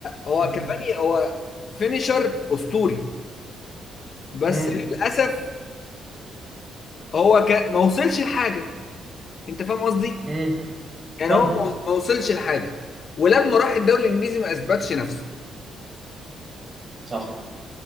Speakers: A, on the left (about 50°); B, on the right (about 35°).
A: هو
B: امم
A: كافاني هو فينيشر اسطوري بس
B: امم
A: للاسف هو ك... ما وصلش لحاجه انت فاهم قصدي
B: امم فاهمك
A: يعني هو ما ما وصلش لحاجه ولما راح الدوري الانجليزي ما اثبتش نفسه
B: صح